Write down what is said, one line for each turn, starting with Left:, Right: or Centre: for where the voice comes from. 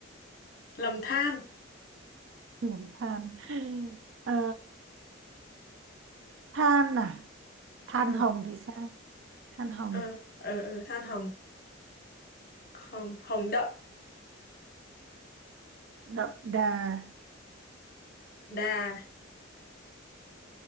Left: lầm than
Right: lầm than Ờ, than à
Left: ờ
Right: than hồng thì sao than hồng
Left: ờ ờ ờ, than hồng hồng hồng đậm
Right: đậm đà
Left: đà